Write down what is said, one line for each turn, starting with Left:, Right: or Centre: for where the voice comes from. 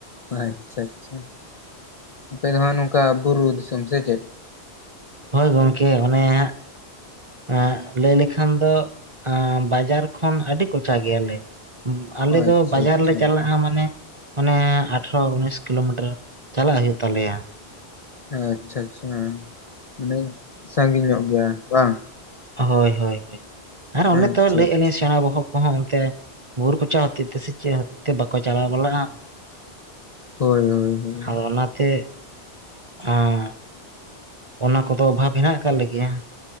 Left: ᱟᱪᱪᱷᱟ ᱟᱪᱪᱷᱟ ᱟᱯᱮ ᱫᱚ ᱦᱟᱸᱜ ᱱᱚᱝᱠᱟ ᱵᱩᱨᱩ ᱫᱤᱥᱚᱢ ᱥᱮ ᱪᱮᱫ
Right: ᱦᱳᱭ ᱜᱚᱝᱠᱮ ᱚᱱᱮ ᱦᱟᱸᱜ ᱟᱸᱜ ᱞᱟᱹᱭ ᱞᱮᱠᱷᱟᱱ ᱫᱚ ᱟᱸ ᱵᱟᱡᱟᱨ ᱠᱷᱚᱱ ᱟᱹᱰᱤ ᱠᱚᱪᱟ ᱜᱮᱭᱟᱞᱮ ᱟᱞᱮ
Left: ᱟᱪᱪᱷᱟ
Right: ᱫᱚ ᱵᱟᱡᱟᱨ
Left: ᱟᱪᱪᱷᱟ
Right: ᱞᱮ ᱪᱟᱞᱟᱜᱼᱟ ᱢᱟᱱᱮ ᱚᱱᱮ ᱟᱴᱷᱨᱚ ᱩᱱᱤᱥ ᱠᱤᱞᱳᱢᱤᱴᱟᱨ ᱪᱟᱞᱟᱜ ᱦᱩᱭᱩᱜ ᱛᱟᱞᱮᱭᱟ
Left: ᱟᱪᱪᱷᱟ ᱟᱪᱪᱷᱟ ᱢᱟᱱᱮ ᱥᱟᱺᱜᱤᱧ ᱧᱚᱜ ᱜᱮᱭᱟ ᱵᱟᱝ
Right: ᱦᱳᱭ ᱦᱳᱭ ᱦᱳᱭ ᱟᱨ ᱚᱱᱮ
Left: ᱟᱪᱪᱷᱟ
Right: ᱛᱚ ᱞᱟᱹᱭᱮᱜ
Left: ᱟᱪᱪᱷᱟ
Right: ᱟᱞᱤᱧ <unintelligible> ᱥᱮᱬᱟ ᱵᱚᱦᱚᱜ ᱠᱚᱦᱚᱸ ᱚᱱᱛᱮ ᱵᱩᱨᱩ ᱠᱚᱪᱟ ᱦᱚᱛᱮᱜ ᱛᱮ ᱥᱮ ᱪᱮᱫ ᱦᱚᱛᱮᱜ ᱛᱮ ᱵᱟᱠᱚ ᱪᱟᱞᱟᱣ ᱵᱟᱲᱟᱜᱼᱟ
Left: ᱦᱳᱭ ᱦᱳᱭ ᱦᱳᱭ
Right: ᱦᱚᱸ ᱚᱱᱟᱛᱮ ᱦᱚᱸ ᱚᱱᱟ ᱠᱚᱫᱚ ᱚᱵᱷᱟᱵᱽ ᱦᱮᱱᱟᱜ ᱟᱠᱟᱫ ᱞᱮᱜᱮᱭᱟ